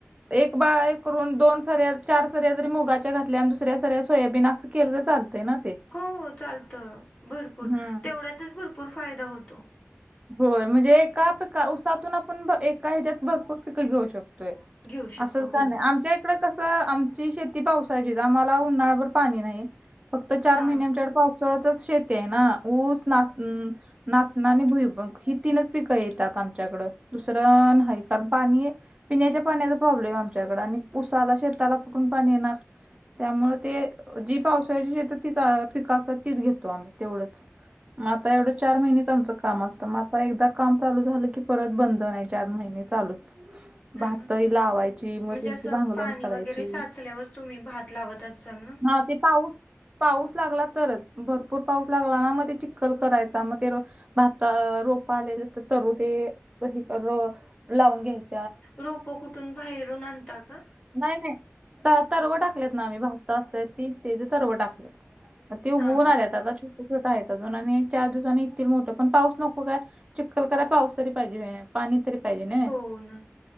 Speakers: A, on the right (about 25°); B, on the left (about 25°).
A: एक बाये करून दोन सऱ्या चार सर्या जरी मुगाच्या घातल्या आणि दुसऱ्या सऱ्या सोयाबीन अस केलं तर चालतय ना ते?
B: हो चालतं भरपूर
A: हम्म.
B: तेवढ्यातच भरपूर फायदा होतो.
A: होय म्हणजे एका पिक उसातून आपण एका ह्याच्यात भरपूर पिक घेऊ शकतो.
B: घेऊ शकतो
A: असंच का
B: हो
A: नाही
B: हो
A: आमच्या. त कस आमची शेती पावसाळची आम्हाला उन्हाळ्याभर पाणी नाही. फक्त चार
B: हा
A: महिन्यांमच्याकडे पावसाळ्याचच शेत आहे ना ऊस नाच नाचणं आणि भुई. मग ही तीनच पिकं येतात आमच्याकडं दुसरं नाही कारण पाणी. पिण्याच्या पाण्याचा प्रॉब्लेम आहे आमच्याकं आणि पुसाला शेताला कुठून पाणी येणार. त्यामुळे ते जी पावसाळ्याची शेतात तीच पिक असतात तीच घेतो आम्ही तेवढंच. म आता एवढं चार महिने. तुमचं काम मग आ एक काम चालू झालं की परत बंद नाही चार महिने चालूच.
B: हा
A: भातही
B: ना.
A: लावायची मग
B: म्हणजे
A: त्यांची
B: असं
A: भांगलण
B: पाणी
A: करायची
B: वगैरे साचल्यावरच तुम्ही भात लावत असाल ना?
A: ह. ते पाऊस. पाऊस लागला तरच भरपूर पाऊस लागला ना मग ते चिखल करायचा मग ते भात तर रोप आल्या नसते तरुते कधी परत लावून घेत
B: रोप कुठून बाहेरून आणता का?
A: नाही नाही तरव टाकलेत ना आम्ही भजता असतय ती ते ज तरव टाकलेत. ते उघवून
B: हा
A: आलेत आता छोटे छोटा आहेत अजून आणि चार दिवसाांनी इथ मोठं पण पाऊस. नको काय चिक्खल क राय पाऊस तरी पाहिजे पाणी तरी पाहिजे ना.
B: हो ना